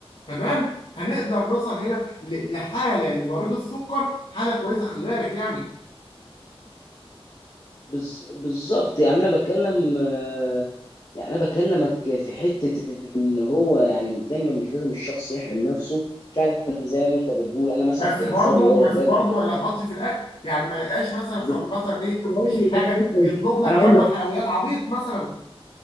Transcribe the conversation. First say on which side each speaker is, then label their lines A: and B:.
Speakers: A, on the left; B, on the left.
A: تمام هنقدر نوصل هنا ل- لحاله لمريض السكر حاله كويسه خلي بالك يعني
B: بز... بالظبط يعني انا بتكلم آه، يعني انا بكلمك في حته ان هو يعني دايما مش لازم الشخص يحرم نفسه فعلا زي ما انت بتقول انا مثلا
A: بس
B: كانسان
A: برضه
B: رياضي
A: بس
B: دايما
A: برضه
B: ح-
A: ما يلخبطش في الاكل يعني ما يلقاش مثلا
B: بس <laughs>
A: ف- مثلا ايه
B: أنا هقول
A: مش حاجه
B: لك مثلا
A: يطلب لك
B: انا
A: كم
B: اقول لك
A: حلويات عبيط مثلا